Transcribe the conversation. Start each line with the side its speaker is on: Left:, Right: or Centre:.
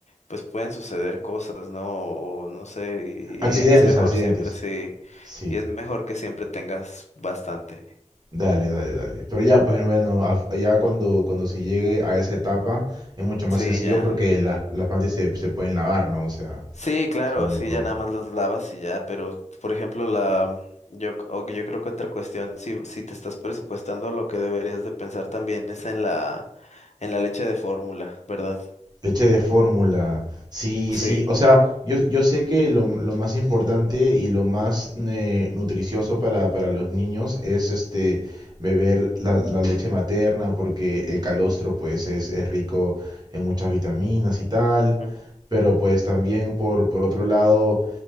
Left: pues pueden suceder cosas, ¿no? O, no sé, y,
Right: Accidentes,
Left: y es mejor
Right: accidentes.
Left: siempre sí,
Right: Sí,
Left: y es mejor que siempre tengas bastante.
Right: dale, dale, dale. Pero ya, pues bueno, af- ya cuando, cuando se llegue a esa etapa es mucho más
Left: Sí,
Right: sencillo
Left: ya.
Right: porque las, las plantas se, se pueden lavar, ¿no? O sea,
Left: Sí, claro,
Right: sin ningún
Left: sí,
Right: problema.
Left: ya nada más las lavas y ya, pero por ejemplo, la mm, yo, c- o yo creo que otra cuestión, si, si te estás presupuestando, lo que deberías de pensar también es en la, en la leche de fórmula, ¿verdad?
Right: Leche de fórmula. Sí,
Left: Sí,
Right: sí. O sea, yo, yo sé que lo, lo más importante y lo más eh, nutricioso para, para los niños es este beber la, la leche materna porque el calostro pues es, es rico en muchas vitaminas y tal.
Left: Ujú.
Right: Pero pues también por, por otro lado,